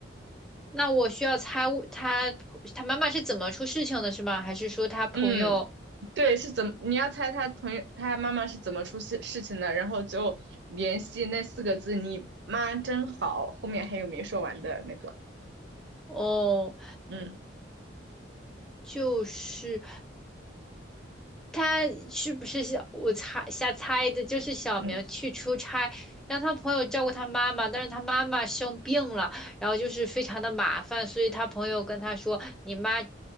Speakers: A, in the centre; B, on the right.
A: 那我需要猜我他他妈妈是怎么出事情的，是吗？还是说他朋友？
B: 嗯。对，是怎么？你要猜他同学他妈妈是怎么出事事情的，然后就联系那四个字“你妈真好”，后面还有没说完的那个。
A: 哦，
B: 嗯
A: 就是。他是不是小？我猜瞎猜的，就是小明去出差，
B: 嗯
A: 让他朋友照顾他妈妈，但是他妈妈生病了，然后就是非常的麻烦，所以他朋友跟他说：“你妈